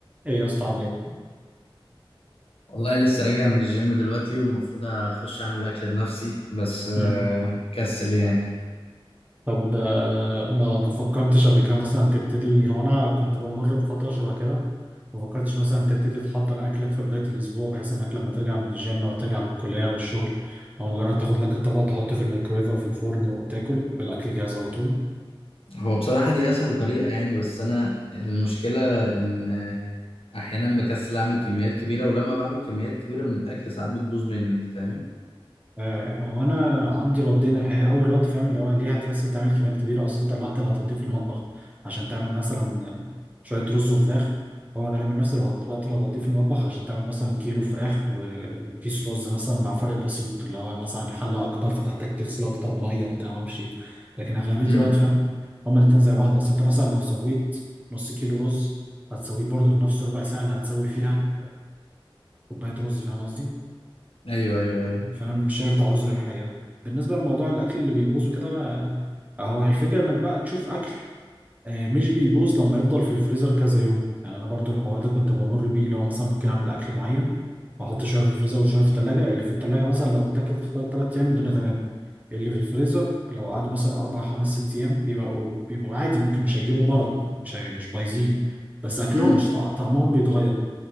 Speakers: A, on the right; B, on the left.
A: ايه يا اسطى عامل ايه؟
B: والله لسه راجع من الجيم دلوقتي والمفروض اخش اعمل اكل لنفسي بس آه،
A: مم.
B: مكسل يعني
A: طب آه، ما فكرتش قبل كده مثلا تبتدي هو انا كنت بمر بفتره شبه كده ما فكرتش مثلا تبتدي تحضر اكلك في بدايه الاسبوع بحيث انك لما ترجع من الجيم او ترجع من الكليه او الشغل او مجرد تاخد لك الطبق تحطه في الميكرويف او في الفرن وتاكل يبقى الاكل جاهز على طول
B: هو بصراحة دي اسهل طريقة يعني بس انا المشكلة ان آه، احيانا بكسل اعمل كميات كبيرة ولما بعمل كميات كبيرة من الاكل ساعات بتبوظ مني انت فاهم
A: آه، هو انا عندي ردين الحقيقه اول رد فاهم اللي هو ليه هتكسل تعمل كميات كبيره اصل انت الوقت اللي هتقضيه في المطبخ عشان تعمل مثلا شويه رز وفراخ هو غالبا نفس الوقت الوقت اللي هتقضيه في المطبخ عشان تعمل مثلا كيلو فراخ و- وكيس رز مثلا مع فرق بسيط اللي هو مثلا حله اكبر فتحتاج تغسل اكتر ميه بتاع ما اعرفش إيه. لكن اغلبيه
B: امم
A: الوقت فاهم هما الاتنين زي بعض اصل انت مثلا لو سويت نص كيلو رز هتسويه برضه في نفس ربع ساعه اللي هتسوي فيها كوبايه رز فاهم قصدي
B: ايوه ايوه ايوه
A: فانا مش شايف ده عذر الحقيقه بالنسبه لموضوع الاكل اللي بيبوظ وكده آه، هو الفكره انك بقى تشوف اكل آه، مش بيبوظ لما يفضل في الفريزر كذا يوم يعني انا برضو الحوار ده كنت بمر بيه لو مثلا ممكن اعمل اكل معين واحط شويه في الفريزر وشويه في الثلاجه اللي في الثلاجه مثلا لو اتاكل في خلال 3 ايام الدنيا تمام اللي في الفريزر لو قعدوا مثلا اربع خمس ست ايام بيبقوا بيبقوا عادي ممكن مش هيجيبوا مرض مش هي- مش بايظين بس اكلهم
B: امم
A: مش طع- طعمهم بيتغير